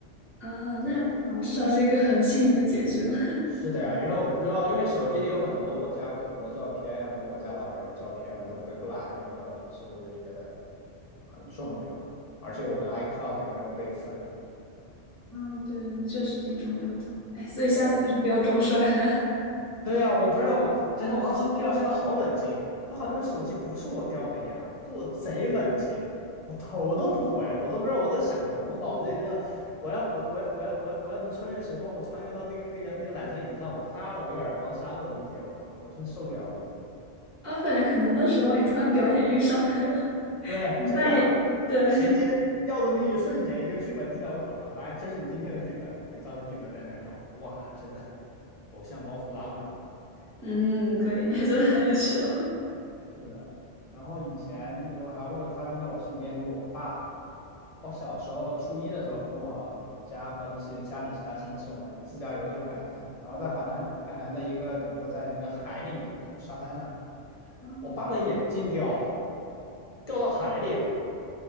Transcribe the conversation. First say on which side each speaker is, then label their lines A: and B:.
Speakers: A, on the left (about 25°); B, on the left (about 40°).
A: 啊，那啊，
B: 对，
A: 至少是一个很幸运的结局了。<laughs>
B: 是的呀，因为我不知道，因为手机里有很多我家狗狗的照片和我家老人的照片嘛，都回不来了那照片，所以我就觉得很重要。而且我的 iCloud 也没有备份。
A: 嗯，对，那确实挺重要的。哎，所以下次还是不要装帅了。
B: 对，对呀、我不是我，真的，我当时掉，现的好冷静，就好像手机不是我掉的一样，就我贼冷静，我头都不回，我都不知道我在想什么，我脑子里真的，我要我我要我要我要我要能穿越时空，我穿越到那个那个那个缆车椅子上，我啪的我一耳光扇我自己，我靠，我真受不了我自己。
A: <laughs> 啊，我感觉可能那时候你突然表演欲上来了，
B: 对，
A: <laughs>
B: 真的，
A: 扮演，对，
B: 直接掉的那一瞬间，一个剧本递在我手上，来，这是你今天的剧本，我就照着剧本在那搞，哇，真的，偶像包袱拉满。
A: <laughs> 嗯，可以，你还真的很有趣哦。<laughs>
B: 是的，然后以前如果还如果发生在我身边，就是我爸，我小时候初一的时候，跟我我家和一些家里其他亲戚，我们自驾游去海南，然后在海南海南的一个，比如说在那个海里面，就沙滩上，
A: 啊，
B: 我爸的眼镜掉了，掉到海里了，